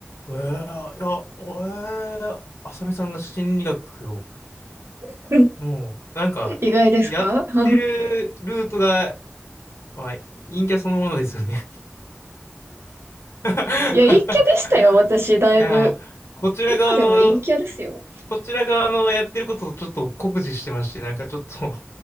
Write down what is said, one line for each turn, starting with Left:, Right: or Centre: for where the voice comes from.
Left: えー、いや、えー、あさみさんが心理学を
Right: <laughs>
Left: もう、なんか、
Right: 意外ですか
Left: やってるルートが、
Right: <laughs>
Left: まあ、陰キャそのものですよね。<laughs>
Right: いや、陰キャでしたよ、私、だいぶ。
Left: いやー、こちら側の、
Right: 今でも陰キャですよ。
Left: こちら側のやってることをちょっと酷似してまして、なんかちょっと